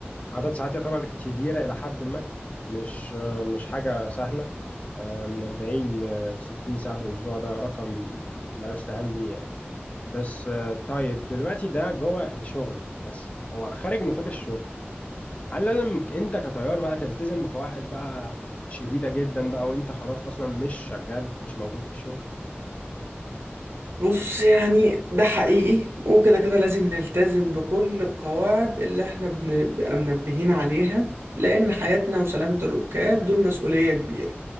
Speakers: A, on the left; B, on the right.
A: عدد ساعات يعتبر كبيرة الى حد ما مش آه، مش حاجة سهلة آه، من 40 ل 60 ساعة في الاسبوع ده رقم لا يستهان به يعني بس آه، طيب دلوقتي ده جوه الشغل بس هو خارج نطاق الشغل هل لازم ك- انت كطيار بقى تلتزم بقواعد بقى شديدة جدا بقى وانت خلاص اصلا مش شغال مش موجود في الشغل
B: بص يعني ده حقيقي وكده كده لازم نلتزم بكل القواعد اللي احنا بنبقى منبهين عليها لأن حياتنا وسلامة الركاب دول مسؤولية كبيرة